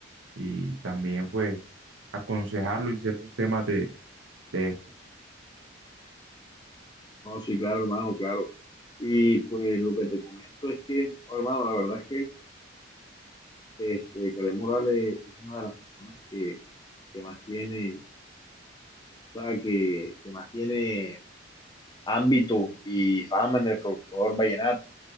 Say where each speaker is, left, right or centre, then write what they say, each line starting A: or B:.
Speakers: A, on the right (about 85°); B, on the left (about 20°).
A: y también pues aconsejarlo en ciertos temas de, de estos.
B: No, sí, claro, hermano, claro. Y pues lo que te comento es que, oh, hermano, la verdad es que este, Karen Morales es una de las personas que, que más tiene, o sea, que, que más tiene ámbito y fama en el folclore vallenato.